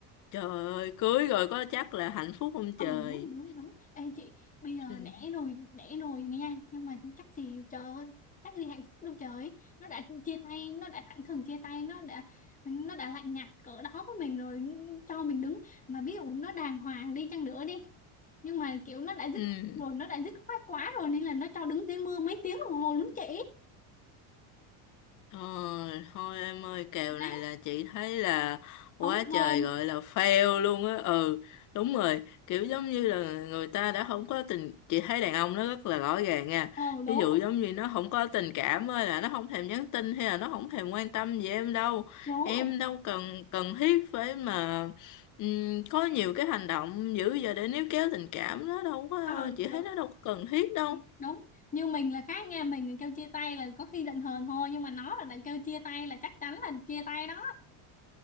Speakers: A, on the left; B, on the left.
A: trời ơi cưới rồi có chắc là hạnh phúc không
B: Ờ
A: trời
B: đúng đúng đúng Ê chị bây giờ
A: ừ.
B: đẻ rồi đẻ rồi nha Nhưng mà chắc gì trời ơi Chắc gì hạnh phúc đâu trời Nó đã chia tay Nó đã thẳng thừng chia tay Nó đã nó đã lạnh nhạt cỡ đó với mình rồi ừ, Cho mình đứng Mà ví dụ nó đàng hoàng đi chăng nữa đi Nhưng mà kiểu nó đã dứt
A: Ừ.
B: rồi Nó đã dứt khoát quá rồi Nên là nó cho đứng dưới mưa mấy tiếng đồng hồ luôn chị
A: Ờ, thôi em ơi kèo
B: Má,
A: này là chị thấy là quá
B: Không thơm
A: trời gọi là fail luôn á ừ đúng rồi kiểu giống như là người ta đã không có tình chị thấy đàn ông nó rất là rõ ràng nha
B: Ờ
A: ví
B: đúng
A: dụ giống như nó không có tình cảm ơi là nó không thèm nhắn tin hay là nó không thèm quan tâm gì em đâu
B: đúng
A: em đâu cần cần thiết phải mà ừm, có nhiều cái hành động dữ giờ để níu kéo tình cảm nó đâu có
B: ừ
A: chị
B: đúng
A: thấy nó đâu có cần thiết đâu
B: đúng đúng. như mình là khác nha mình là kêu chia tay là có khi giận hờn thôi nhưng mà nó là đã kêu chia tay là chắc chắn là chia tay đó